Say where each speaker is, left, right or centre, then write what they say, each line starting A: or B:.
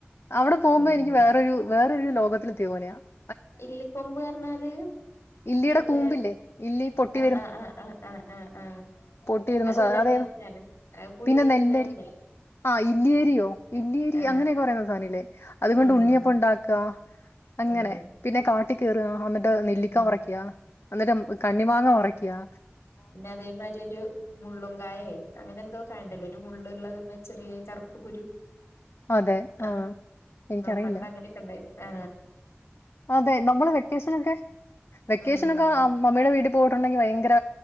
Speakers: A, on the left; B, on the left.
A: അവിട പോവ്മ്പൊ
B: ഉം
A: എനിക്ക് വേറൊരു വേറൊരു ലോകത്തെത്തിയ പോലെയ <inaudible>
B: ഇല്ലിക്കൊമ്പ് ണാല്
A: ഇല്ലിയുടെ
B: മറ്റേ
A: കൂമ്പില്ലേ ഇല്ലി പൊട്ടി
B: ആ ആ ആ ആ ആ ആ ആ
A: ട്ടിയിരുന്നു സാധനം
B: നല്ല
A: അത്
B: ടേസ്റ്റ്
A: ഏത്
B: ആണ് അത് പുഴുങ്ങി
A: പിന്നെ നെല്ലരി
B: തിന്നാനല്ലേ
A: ആ ഇല്ലിയരിയോ ഇല്ലിയരി
B: ആ
A: അങ്ങനക്കെ പറയുന്ന സാധനമില്ലേ? അതുകൊണ്ട്
B: ഉം
A: ഉണ്ണിയപ്പൊണ്ടാക്കാം അങ്ങനെ
B: ഉം
A: പിന്നെ കാട്ടി കേ <inaudible> അന്നിട്ട് നെല്ലിക്ക
B: ഉം
A: പറിക്ക്യ അന്നിട്ട് കണ്ണിമാങ്ങാ പറി ക്ക്യാ
B: ന്നെ അതേമാരി ഒരു മുള്ളും കായേ അങ്ങനെന്തോ കായോണ്ടല്ലോ ഒരു മുള്ളിള്ളതിന്മേൽ ചെറിയെ കറുപ്പ് കുരു.
A: അതെ
B: ആ
A: ആഹ് എനിക്കറിയില്ല
B: പണ്ടങ്ങനൊക്കെയൊണ്ടാരുന്നു. ആ
A: അതെ നമ്മള് വെക്കേഷനൊക്കെ വെക്കേഷനൊക്കെ
B: ഉം
A: അ മമ്മിടെ വീട്ടി പോയിട്ടുണ്ടെങ്കി വയങ്കര